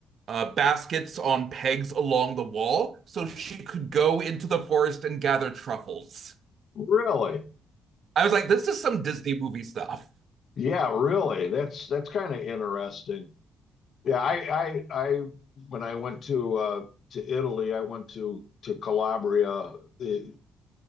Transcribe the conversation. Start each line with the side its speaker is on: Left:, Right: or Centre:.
Right: uh, baskets on pegs along the wall so she could go into the forest and gather truffles.
Left: Really?
Right: I was like, this is some Disney movie stuff.
Left: Yeah, really. That's that's kind of interesting. Yeah, I I I when I went to uh to Italy, I went to to Calabria, the,